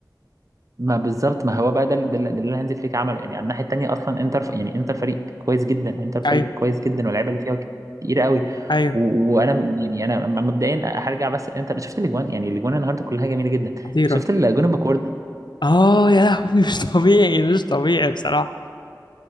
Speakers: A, on the right; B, on the left.
A: ما بالظبط ما هو بقى ده اللي ده اللي ده اللي هانز فليك عمله يعني على الناحيه التانيه اصلا انتر يعني انتر فريق كويس جدا انتر فريق
B: ايوه
A: كويس جدا واللعيبه اللي فيها كتير قوي
B: ايوه
A: و- وانا م- يعني انا م- مبدئيا هرجع بس انتر شفت الاجوان يعني الاجوان النهارده كلها جميله جدا
B: خطيره
A: شفت الاجوان بكورد
B: اه يا لهوي مش طبيعي مش طبيعي بصراحه